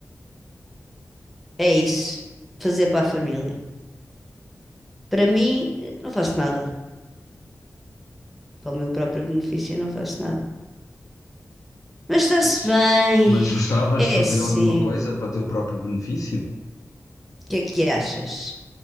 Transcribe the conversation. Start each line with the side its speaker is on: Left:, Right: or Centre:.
Centre: É isso, fazer para a família. Para mim, eh, não faço nada. Para o meu próprio benefício, não faço nada. Mas está-se
Left: Pois.
Centre: bem,
Left: Mas gostavas
Centre: é
Left: de fazer
Centre: assim.
Left: alguma coisa para teu próprio benefício?
Centre: O que é que achas?